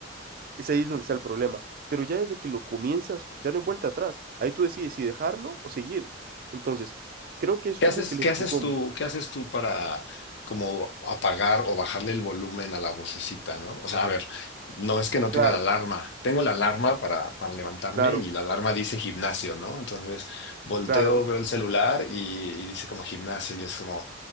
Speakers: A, on the right; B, on the left.
A: es ahí es donde está el problema, pero ya desde que lo comienzas, ya no hay vuelta atrás, ahí tú decides si dejarlo o seguir. Entonces, creo que es
B: ¿qué
A: como
B: haces
A: que el
B: qué
A: empujón.
B: haces tú qué haces tú para como apagar o bajarle el volumen a la vocecita, ¿no? O sea, a ver, no es que no tenga
A: Claro,
B: la alarma. Tengo la alarma para para levantarme
A: claro,
B: y la alarma dice gimnasio, ¿no? Entonces, volteo,
A: claro,
B: veo el celular y, y dice como gimnasio y es como